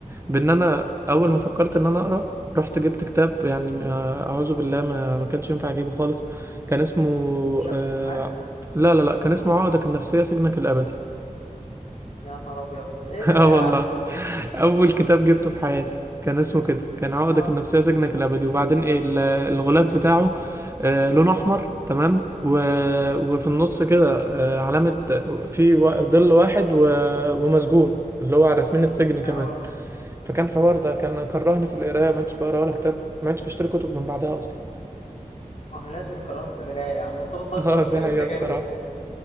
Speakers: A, on the right; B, on the left.
A: بان انا اول ما فكرت ان انا اقرا رحت جبت كتاب يعني آه، اعوذ بالله ما ما كانش ينفع اجيبه خالص كان اسمه
B: شمس
A: آه،
B: عارف
A: لا لا لا كان اسمه عقدك النفسية سجنك الابدي
B: يا نهار ابيض ايه
A: <laughs>
B: ده
A: اه
B: يا
A: والله
B: عم
A: اول كتاب جبته في حياتي كان اسمه كده كان عقدك
B: اه
A: النفسيه سجنك الابدي وبعدين ايه ال- الغلاف بتاعه آه، لونه احمر تمام و... وفي النص كده آه، علامه في وا- ظل واحد و... ومسجون اللي هو على رسمين السجن كمان
B: اه
A: فكان حوار ده كان كرهني في القرايه ما عدتش بقرا ولا كتاب ما عدتش بشتري كتب من بعدها اصلا
B: ما هو لازم يكرهك في القرايه يا عم انت بتهزر
A: <laughs> اه دي
B: ايه اللي
A: حقيقة
B: انت جايبه
A: الصراحة
B: ده